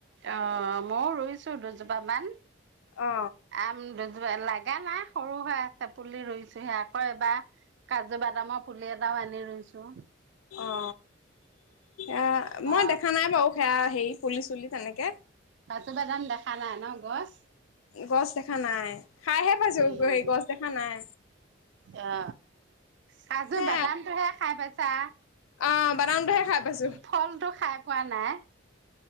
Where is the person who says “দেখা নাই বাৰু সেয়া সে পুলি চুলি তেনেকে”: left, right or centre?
Left